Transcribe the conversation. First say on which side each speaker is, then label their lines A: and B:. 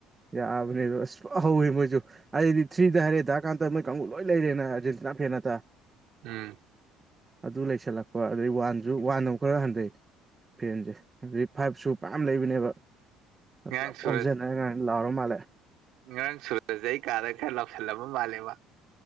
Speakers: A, on the right; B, on the right.
A: ꯌꯥꯕꯅꯦꯗ ꯑꯁ ꯍꯧꯋꯦ ꯃꯣꯏꯁꯨ ꯑꯩꯗꯤ ꯊ꯭ꯔꯤꯗ ꯍꯥꯏꯔꯦ ꯆꯀꯥꯟꯗ ꯃꯣꯏ ꯀꯥꯡ ꯂꯣꯏ ꯂꯩꯔꯦꯅ ꯑꯥꯔꯖꯦꯟꯇꯤꯅꯥ ꯐꯦꯟ ꯅꯠꯇ
B: ꯎꯝ
A: ꯑꯗꯨ ꯂꯩꯁꯜꯂꯛꯄ ꯑꯗꯩ ꯋꯥꯟꯁꯨ ꯋꯥꯟ ꯑꯃꯨꯛ ꯈꯔ ꯍꯟꯊꯩ ꯐꯦꯟꯁꯦ ꯑꯗꯤ ꯐꯥꯏꯚ ꯁꯨ ꯃꯌꯥꯝꯌꯥꯝ ꯂꯩꯕꯅꯦꯕ
B: ꯉꯔꯥꯡ
A: ꯄꯨꯂꯞ
B: ꯁꯨꯔꯖ
A: ꯑꯣꯝꯁꯤꯟꯅꯔ ꯉꯥꯏꯅ ꯂꯥꯎꯔ ꯃꯥꯜꯂꯦ
B: ꯉꯔꯥꯡ ꯁꯨꯔꯁꯗ ꯑꯩ ꯀꯥꯗ ꯈꯔ ꯂꯥꯎꯁꯜꯂꯕ ꯃꯥꯜꯂꯦꯕ